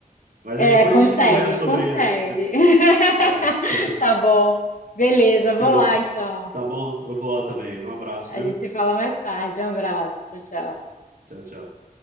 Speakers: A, on the right (about 75°); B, on the left (about 65°).
A: Mas
B: É,
A: aí depois
B: consegue,
A: a gente conversa
B: consegue.
A: sobre isso. É.
B: <laughs>
A: <laughs>
B: Tá bom. Beleza, vou
A: Eu-
B: lá então.
A: Tá bom? Eu vou lá também. Um abraço, viu?
B: A gente se fala mais tarde. Um abraço. Tchau, tchau.
A: Tchau, tchau.